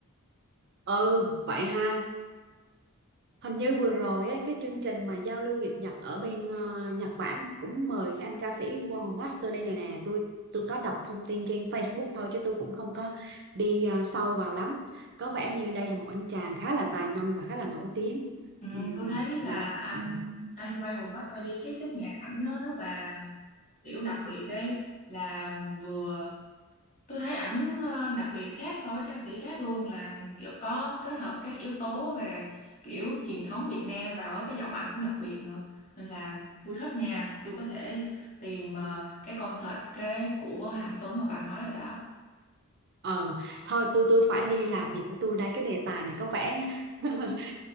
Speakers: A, on the right; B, on the left.
A: ừ vậy ha Hình như vừa rồi ấy, cái chương trình mà giao lưu Việt Nhật ở bên ờ, Nhật Bản cũng mời cái anh ca sĩ Wow Master đây này nè tôi tôi có đọc thông tin trên Facebook thôi chứ tôi cũng không có đi ờ, sâu vào lắm có vẻ như đây là một anh chàng khá là tài năng và khá là nổi tiếng
B: Ừ,
A: Ừm,
B: tôi thấy là
A: làm
B: anh
A: ừm,
B: anh Quang Hùng bắt tay đi cái chất nhạc ảnh nó rất là kiểu đặc biệt ấy là vừa tôi thấy ảnh ờ, đặc biệt khác so với ca sĩ khác luôn là kiểu có kết hợp các yếu tố về kiểu truyền thống Việt Nam vào cái giọng ảnh cũng đặc biệt nữa nên là tôi thích nha tôi có thể tìm ờ, cái concert cái của Hạnh Tuấn mà bà nói rồi đó
A: ờ thôi tôi tôi phải đi làm việc của tôi đây cái đề tài này có vẻ <laughs>